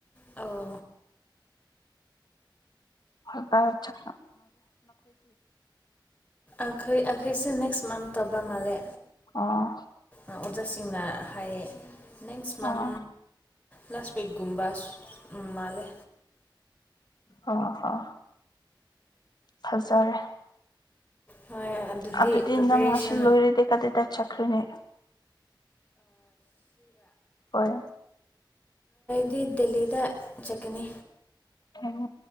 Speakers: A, on the left; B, on the left.
A: ꯑꯣ
B: ꯍ ꯐ ꯆ
A: ꯑꯈꯩ ꯑꯈꯩꯁꯦ ꯅꯦꯛꯁ ꯃꯟ ꯇꯧꯕ ꯃꯥꯜꯂꯦ
B: ꯑꯣ
A: ꯑꯣꯖꯥꯁꯤꯡꯅ ꯍꯥꯏꯌꯦ ꯅꯦꯛꯁ ꯃꯟ
B: ꯑꯣ
A: ꯂꯥꯁ ꯋꯤꯛꯀꯨꯝꯕ ꯃꯥꯂꯦ
B: ꯑꯣ ꯑ ꯐꯖꯔꯦ
A: ꯍꯣꯏ
B: ꯑꯗꯨꯗꯤ
A: ꯄ꯭ꯔꯤꯄꯦꯔꯦꯁꯟ
B: ꯅꯪ ꯉ ꯂꯣꯏꯔꯣꯏ ꯗꯦ ꯀꯥꯗ ꯇ ꯆꯈ꯭ꯔꯤꯅꯦ ꯍꯣꯏ
A: ꯗꯤ ꯗꯦꯜꯂꯤꯗ ꯆꯠꯅꯤ
B: ꯑ